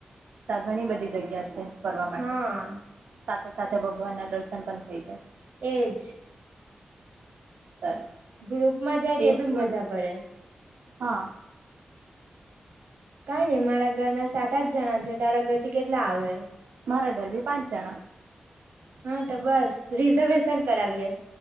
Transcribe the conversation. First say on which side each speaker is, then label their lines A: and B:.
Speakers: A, on the right (about 70°); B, on the right (about 85°).
A: તો ઘણી બધી જગ્યા છે ફરવા માટે.
B: હા
A: સાથે સાથે ભગવાનના દર્શન પણ થઇ જાય.
B: એજ.
A: સરસ
B: ગ્રુપમાં જાય
A: એસી
B: તે બી મજા પડે.
A: હા.
B: કઈ નઈ, મારા ઘરના સાત, આઠ જણા છે. તારા ઘરથી કેટલા આવે?
A: મારા ઘર બી પાંચ જણા.
B: હા, તો બસ રિઝર્વેશન કરાવીએ.